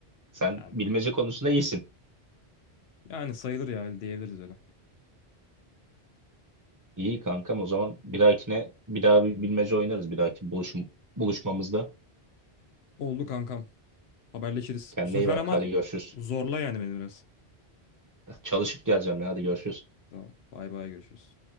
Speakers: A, on the right; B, on the left.
A: Sen
B: yani.
A: bilmece konusunda iyisin.
B: Yani sayılır ya öyle diyebiliriz öyle.
A: İyi kankam o zaman bir dahakine bir daha bir bilmece oynarız bir dahaki buluşum, buluşmamızda.
B: Oldu kankam. Haberleşiriz.
A: Kendine
B: Bu sefer
A: iyi bak
B: ama
A: hadi görüşürüz.
B: zorla yani beni biraz.
A: Çalışıp geleceğim ya hadi görüşürüz.
B: Tamam. Bay bay görüşürüz.